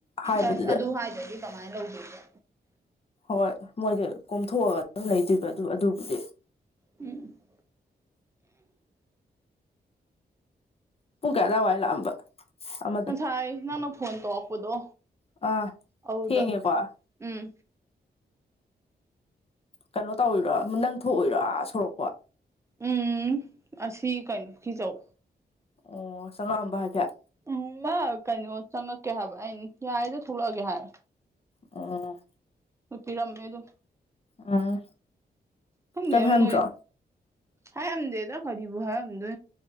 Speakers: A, on the left; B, on the right.
A: ꯍꯥꯏꯕꯗꯨꯗ
B: ꯑꯁ ꯑꯗꯨ ꯍꯥꯏꯗ꯭ꯔꯗꯤ ꯀꯃꯥꯏꯅ ꯂꯧꯗꯣꯏꯕ
A: ꯍꯣꯏ ꯃꯣꯏꯗꯤ ꯀꯣꯝꯊꯣꯛꯑꯒ ꯑꯗꯨꯝ ꯂꯩꯗꯣꯏꯕ ꯑꯗꯨ ꯑꯗꯨꯕꯨꯗꯤ
B: ꯎꯝ
A: ꯄꯨꯡ ꯀꯌꯥꯗꯥ ꯋꯥꯏ ꯂꯥꯛꯑꯝꯕ ꯑꯃꯗꯣ
B: ꯉꯁꯥꯏ ꯅꯪꯅ ꯐꯣꯟ ꯇꯣꯛꯂꯛꯄꯗꯣ
A: ꯑꯥ
B: ꯑꯗꯨꯗ
A: ꯊꯦꯡꯉꯦꯀꯣ
B: ꯎꯝ
A: ꯀꯩꯅꯣ ꯇꯧꯔꯤꯣꯏꯔꯥ ꯅꯪ ꯊꯣꯛꯑꯣꯏꯔꯥ ꯁꯣꯔꯛꯄ
B: ꯎꯝ ꯑꯁꯤ ꯀꯩꯅꯣ ꯖꯧ
A: ꯑꯣ ꯆꯪꯉꯥꯑꯝꯕ ꯍꯥꯏꯐꯦꯠ
B: ꯎꯝ ꯀꯩꯅꯣ ꯆꯪꯉꯛꯀꯦ ꯍꯥꯏꯕ ꯑ ꯌꯥꯔꯤꯗ ꯊꯣꯛꯂꯛꯑꯒꯦ ꯍꯥꯏꯕ
A: ꯑꯣ
B: ꯄꯤꯔꯝꯃꯦꯗ
A: ꯎꯝ
B: ꯀꯗꯦꯝꯣꯏ
A: ꯀꯩꯝ ꯍꯥꯏꯔꯝꯗ꯭ꯔꯣ
B: ꯍꯥꯏꯔꯝꯗꯦꯗꯣ ꯀꯕꯨ ꯍꯥꯏꯔꯝꯗ